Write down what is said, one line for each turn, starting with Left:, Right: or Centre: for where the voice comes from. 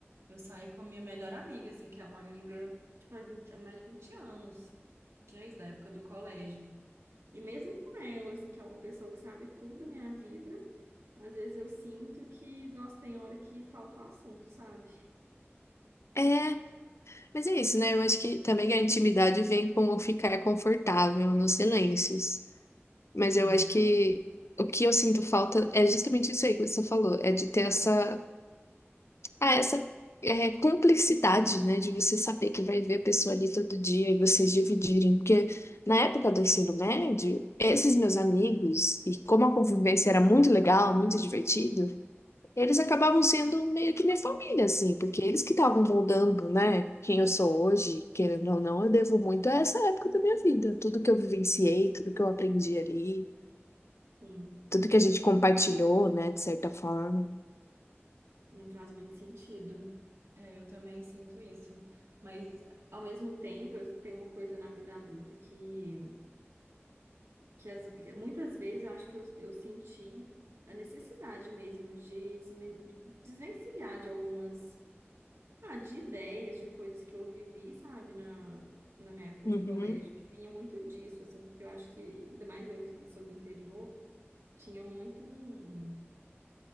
Right: Eu saio com a minha melhor amiga, assim, que é uma amiga, tipo, há 20 há mais de 20 anos, que é isso, da época do colégio. E mesmo com ela, assim, que é uma pessoa que sabe tudo da minha vida, às vezes eu sinto que, nossa, tem hora que falta o assunto, sabe?
Left: É, Mas é isso, né? Eu acho que também a intimidade vem com o ficar confortável nos silêncios. Mas
Right: Sim.
Left: eu acho que o que eu sinto falta é justamente isso aí que você falou, é de ter essa, ah, essa é, cumplicidade, né? De você saber que vai ver a pessoa ali todo dia e vocês dividirem. Porque na época do ensino médio, esses meus amigos, e como a convivência era muito legal, muito divertido eles acabavam sendo meio que minha família, assim, porque eles que estavam moldando, né, quem eu sou hoje, querendo ou não, eu devo muito a essa época da minha vida. Tudo que eu vivenciei, tudo que eu aprendi ali,
Right: Sim,
Left: tudo que a gente compartilhou, né, de certa forma.
Right: não faz muito sentido. É, eu também sinto isso. Mas, ao mesmo tempo, eu tenho uma coisa na vida adulta que, que as- muitas vezes eu acho que eu, eu senti a necessidade mesmo de desmen- de desvencilhar de algumas. Ah, de ideias, de coisas que eu vivi, sabe, na, na minha época
Left: Uhum.
Right: de colégio, que vinha muito disso, assim, porque eu acho que, ainda mais eu que sou do interior, tinha muito um.